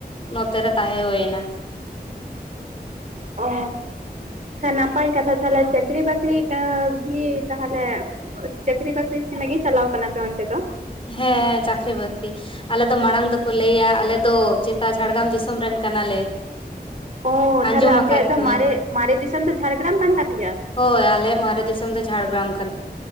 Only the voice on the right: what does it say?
ᱚ ᱱᱟᱯᱟᱭ ᱠᱟᱛᱷᱟ ᱛᱟᱦᱚᱞᱮ ᱪᱟᱹᱠᱨᱤ ᱵᱟᱠᱨᱤ ᱮ ᱠᱤ ᱛᱟᱦᱚᱞᱮ ᱪᱟᱹᱠᱨᱤ ᱵᱟᱠᱨᱤ ᱪᱮᱫ ᱞᱟᱹᱜᱤᱫ ᱪᱟᱞᱟᱣ ᱟᱠᱟᱱᱟ ᱯᱮ ᱚᱱᱛᱮ ᱫᱚ
ᱚ
ᱛᱟᱦᱚᱞᱮ ᱟᱯᱮᱭᱟᱜ
ᱫᱚ
ᱢᱟᱨᱮ ᱢᱟᱨᱮ ᱫᱤᱥᱚᱢ ᱫᱚ ᱡᱷᱟᱲᱜᱨᱟᱢ ᱠᱟᱱ ᱛᱟᱯᱮᱭᱟ